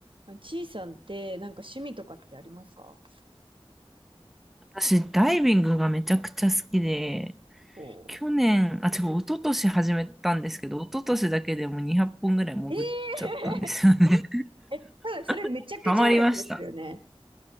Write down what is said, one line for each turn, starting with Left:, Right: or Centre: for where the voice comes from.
Right: あちいさんってなんか趣味とかってありますか
Centre: 私、ダイビングがめちゃくちゃ好きで、
Right: こ
Centre: 去年、あ、違う、一昨年始めたんですけど、一昨年だけでも200本ぐらい潜っちゃったんですよね。
Right: うええー、<laughs> え多分それめちゃくちゃ多いやつですよね。
Centre: <laughs> ハマりました。